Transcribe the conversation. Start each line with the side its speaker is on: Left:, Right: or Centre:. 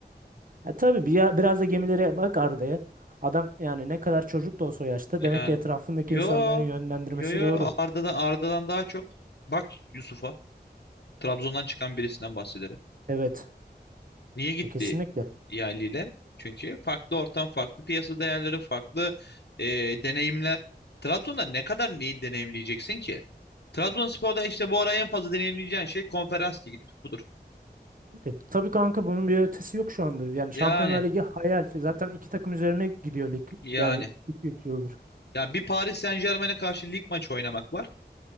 Right: Ya tabii bir ya, biraz da gemilere bak Arda'ya. Adam yani ne kadar çocuk da olsa o yaşta demek
Left: yani
Right: ki etrafındaki
Left: yo
Right: insanların yönlendirmesi
Left: yo yo
Right: doğru.
Left: yo, Arda'dan Arda'dan daha çok bak Yusuf'a Trabzon'dan çıkan birisinden bahsedelim.
Right: Evet.
Left: Niye gitti
Right: E, kesinlikle.
Left: yerliyle? Çünkü farklı ortam, farklı piyasa değerleri, farklı e, deneyimler. Trabzon'da ne kadar neyi deneyimleyeceksin ki? Trabzonspor'da işte bu ara en fazla deneyimleyeceğin şey konferans ligidir. Budur.
Right: E, tabii kanka bunun bir ötesi yok şu anda. Yani
Left: Yani
Right: Şampiyonlar Ligi hayal. Zaten iki takım üzerine gidiyor lig.
Left: yani
Right: Yani iki 3 yıldır.
Left: Ya bir Paris Saint-Germain'e karşı lig maçı oynamak var.